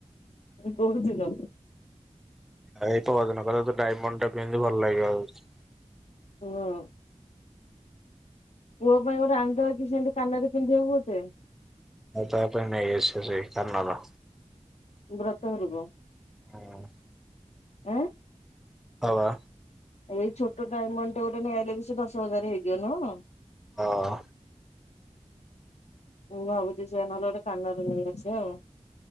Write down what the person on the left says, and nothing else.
କୋଉ ଦିନ?
ହଁ। ପୁଅ ପାଇଁ ଗୋଟେ ଆଣି ଦବା କିି ସେମିତି କାନରେ ପିନ୍ଧିବାକୁ ଗୋଟେ।
ବ୍ରତ ଘରକୁ।
ଆଁ
ଏଇ ଛୋଟ ଡାଇମଣ୍ଡ ଟେ ଗୋଟେ ନେଇ ଆଇଲେଗି ସେ ଦଶ ହଜାର ହେଇଯିବ ନୁଁହ।
ମୁଁ ଭାବୁଛି ସେ ନହେଲେ ଗୋଟେ କାନରୁ ନେଇ ଆସ ଆଉ।